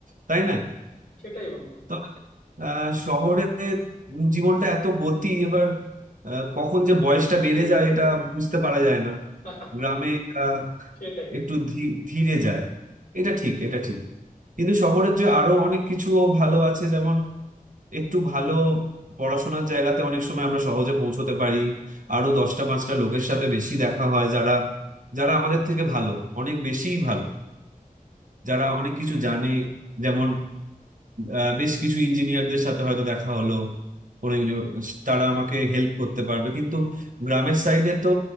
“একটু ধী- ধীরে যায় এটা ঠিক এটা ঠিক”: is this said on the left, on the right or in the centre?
Right